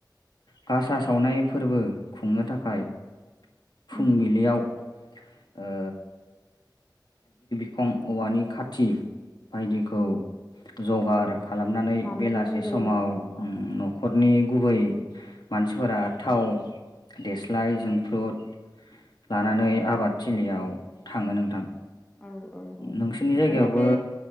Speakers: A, on the left; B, on the left.
A: गासा सावनाय फोरबो खुंनो थाखाय फुंबिलियाव
B: औ
A: ओ खम औवानि खाथि बायदिखौ जगार खालामनानै
B: लानो
A: बेलासे
B: गोनां जायो
A: समाव
B: आरोना
A: न'खरनि गुबै मानसिफोरा थाव देस्लाय जोंफ्रुट लानानै आबाद थिलियाव थाङो नोंथां।
B: औ औ औ
A: नोंसिनि जायगायावबो
B: माने बे